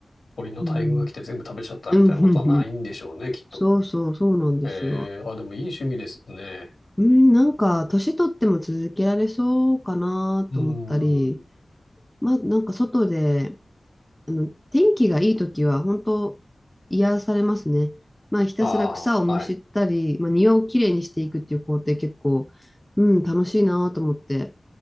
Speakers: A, on the left (about 70°); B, in the centre.
A: 鳥の大群が来て全部食べちゃったみたいなことはないんでしょうね、
B: うん、うん、うん、うん
A: きっと。
B: そうそう、そうなんですよ。
A: えー、あ、でもいい趣味ですね。
B: うん、なんか、年取っても続けられそうかなと思ったり、
A: うーん。
B: まあ、なんか外で、あの、天気がいい時は本当癒されますね。まあ、ひたすら草をむしったり、
A: ああ、はい。
B: まあ、庭をきれいにしていくっていう工程結構、うん、楽しいなと思って、